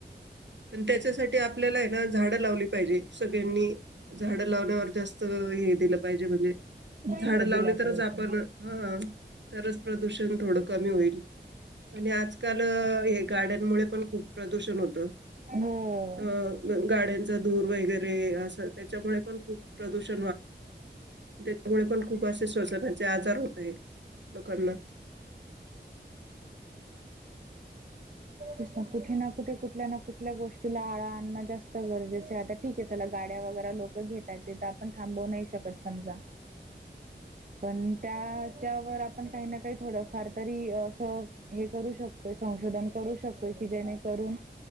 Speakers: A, on the right (about 70°); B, on the right (about 45°).
A: पण त्याच्यासाठी आपल्याला आहे ना झाडं लावली पाहिजे सगळ्यांनी झाडं लावण्यावर जास्त हे दिलं पाहिजे म्हणजे झाड
B: भर
A: लावली
B: दिला पाहिजे.
A: तरच आपण हा तरच प्रदूषण थोडं कमी होईल आणि आजकाल हे गाड्यांमुळे पण खूप प्रदूषण होत
B: हो.
A: अ गाड्यांच धूर वगैरे अस त्याच्यामुळे पण खूप प्रदूषण त्यामुळे पण खूप असे शवजनाचे आजार होत लोकांना
B: स ना कुठे ना कुठे कुठल्या ना कुठल्या गोष्टीला आळा आणणं जास्त गरजेचं आता ठीके चला गाडी ग लोक घेतात थ नाहीकत समजा पण त्याच्यावर आपण काही ना काही थोडफार तरी असं हे करू शकतोय संशोधन करू शकतोय की जेणेकरून